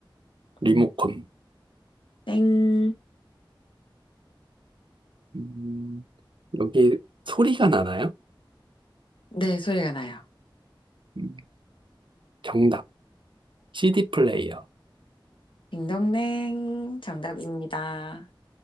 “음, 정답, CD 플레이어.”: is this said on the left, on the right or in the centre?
Right